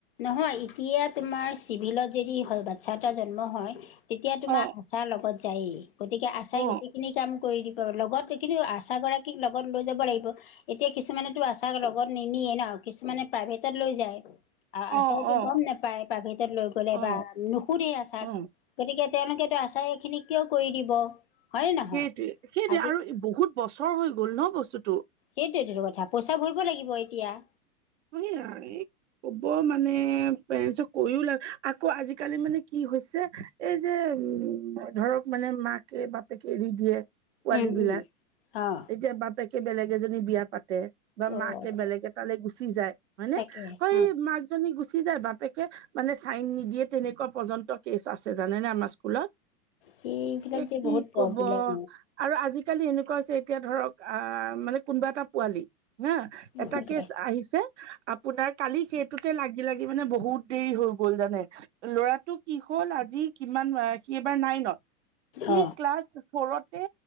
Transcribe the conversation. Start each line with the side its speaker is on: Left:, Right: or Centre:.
Left: নহয় এতিয়া তোমাৰ চিভিলত যদি হয় বাচ্ছা এটা জন্ম হয়। তেতিয়া তোমাৰ
Right: অ
Left: আচাৰ লগত যায়েই গতিকে আচাৰ
Right: অ
Left: গোটেইখিনি কাম কৰি দিব লগত কিন্তু আচাগৰাকীক লগত লৈ যাব লাগিব এতিয়া কিছুমানেতো আচাক লগত নিনিয়ে ন কিছুমানে প্ৰাইভেটত লৈ যায় আৰু আচাইটোৱে
Right: অ অ
Left: গম নাপাই প্ৰাইভেটত লৈ গ'লে
Right: অ
Left: বা নুসুধেই আচাক
Right: অ
Left: গতিকে তেওঁলোকেতো আচাৰ এইখিনিক কিয় কৰি দিব হয়নে নহয়
Right: সেইটোৱে সেইটোৱে
Left: আজি
Right: আৰু বহুত বছৰ হৈ গ'ল ন বস্তুটো
Left: সেইটোৱেটো কথা পইচা ভৰিব লাগিব এতিয়া
Right: <unintelligible> ক'ব মানে পেৰেণ্টছক কৈও লাগ আকৌ আজিকালি মানে কি হৈছে এই যে উম ধৰক মানে মাকে বাপেকে এৰি দিয়ে পোৱালী
Left: উম
Right: বিলাক
Left: উম অ
Right: এতিয়া বাপেকে বেলেগ এজনী বিয়া পাতে বা
Left: ত'
Right: মাকে বেলেগ এটালে গুচি যায় হয়নে
Left: তাকে
Right: সেই
Left: উম
Right: মাক জনী গুচি যায় বাপেকে মানে চাইন নিদিয়ে তেনেকোৱা পৰ্য্যন্ত কেচ আছে জানেনে আমাৰ স্কুলত
Left: সেইবিলাক
Right: এ
Left: যে
Right: কি
Left: বহুত প্ৰব্লেম
Right: কব আৰু আজি কালি এনেকোৱা হৈছে এতিয়া ধৰক আহ মানে কোনোবা এটা পোৱালি হা এটা
Left: সেনেকে
Right: কেচ আহিছে আপোনাৰ কালি সেইটোতে লাগি লাগি মানে বহুত দেৰি হৈ গ'ল জানে ল'ৰাটো কি হ'ল আজি কিমানবাৰ সি এইবাৰ নাইনত সি
Left: অ
Right: ক্লাছ ফৌৰতে